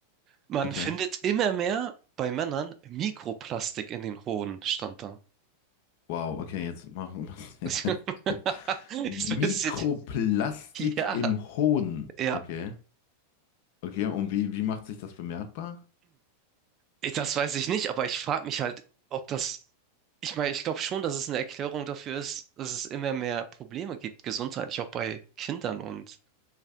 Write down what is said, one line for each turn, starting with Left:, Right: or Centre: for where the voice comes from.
Right: Man
Left: okay.
Right: findet immer mehr bei Männern Mikroplastik in den Hoden, stand da.
Left: Wow, okay, jetzt machen wir
Right: <laughs>
Left: <laughs>
Right: Das
Left: Mikroplastik
Right: ist ein bisschen, ja,
Left: im Hohn.
Right: ja.
Left: Okay, okay. Und wie, wie macht sich das bemerkbar?
Right: Ich- Das weiß ich nicht, aber ich frage mich halt, ob das, ich meine, ich glaube schon, dass es eine Erklärung dafür ist, dass es immer mehr Probleme gibt, gesundheitlich auch bei Kindern und